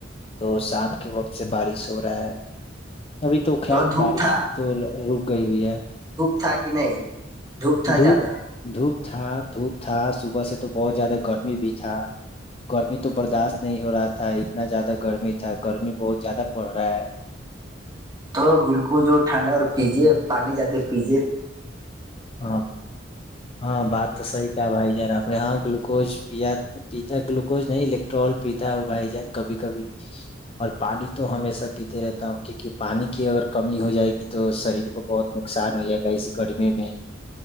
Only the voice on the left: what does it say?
تو شام کے وقت سے بارش رہا ہے ابھی تو خیر
بارش
تو رک گئی ہوئی ہے
دھوپ
دھوپ تھا دھپ تھا صبح سے تو بہت زیادہ گرمی بھی تھا گرمی تو برداشت نہیں ہو رہا تھا اتنا زیادہ گرمی تھا گرمی بہت زیادہ پڑ رہا ہے
ہاں ہاں بات تو سی کیا بھائی جان اپنے یہاں گلوکوز پیا پیتا گلوکوز نہیں الیکٹرول پیتا ہو بھائی جان کبھی کبھی اور پانی تو ہمیشہ پیتے رہتا ہوں کیونکہ پانی کی اگر کمی ہو جائے گی تو شریر کو بہت نقصان ہو جائے گا اس گرمی میں